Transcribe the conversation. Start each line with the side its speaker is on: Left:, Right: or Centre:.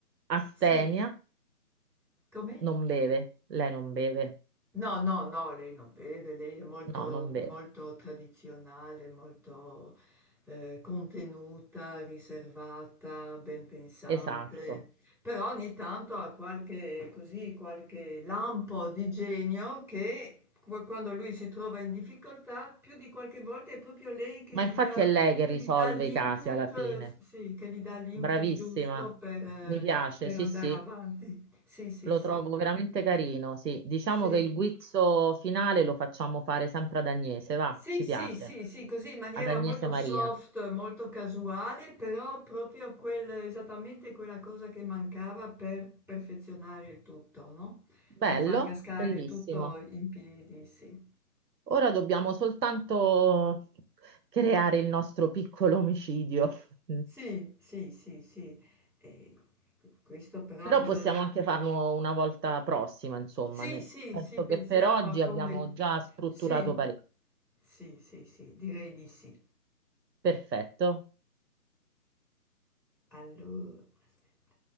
Right: astemia,
Centre: Sì, come?
Right: non beve. Lei non beve.
Centre: No, no, no, lei non beve, lei è molto,
Right: No, non beve.
Centre: molto tradizionale, molto eh, contenuta, riservata, ben pensante,
Right: Esatto.
Centre: però ogni tanto ha qualche, così, qualche lampo di genio che qu- quando lui si trova in difficoltà, più di qualche volta è proprio lei che
Right: Ma
Centre: gli
Right: infatti
Centre: dà,
Right: è lei che
Centre: che
Right: risolve
Centre: gli dà l'input,
Right: i casi alla fine.
Centre: eh, sì, che gli dà l'input
Right: Bravissima.
Centre: giusto per, eh,
Right: Mi piace,
Centre: per
Right: sì,
Centre: andare
Right: sì.
Centre: avanti. Sì, sì,
Right: Lo
Centre: sì,
Right: trovo veramente carino, sì. Diciamo
Centre: sì.
Right: che il guizzo finale lo facciamo fare sempre ad Agnese, va,
Centre: Sì,
Right: ci
Centre: sì,
Right: piace.
Centre: sì, sì, così in maniera
Right: Ad Agnese
Centre: molto
Right: Maria.
Centre: soft, molto casuale, però proprio quel, esattamente quella cosa che mancava per perfezionare il tutto, no?
Right: Bello,
Centre: Per far cascare
Right: bellissimo.
Centre: tutto in piedi, sì.
Right: Ora dobbiamo soltanto creare il nostro piccolo omicidio, Mm.
Centre: Sì, sì, sì, sì. E questo però
Right: però
Centre: bisogna...
Right: possiamo anche farlo una volta prossima, insomma.
Centre: Sì,
Right: ne-
Centre: sì,
Right: Penso
Centre: sì, pensiamo
Right: che per oggi
Centre: a come...
Right: abbiamo già strutturato
Centre: Sì,
Right: parecchio.
Centre: sì, sì, sì, direi di sì.
Right: Perfetto.
Centre: Allora, aspetta.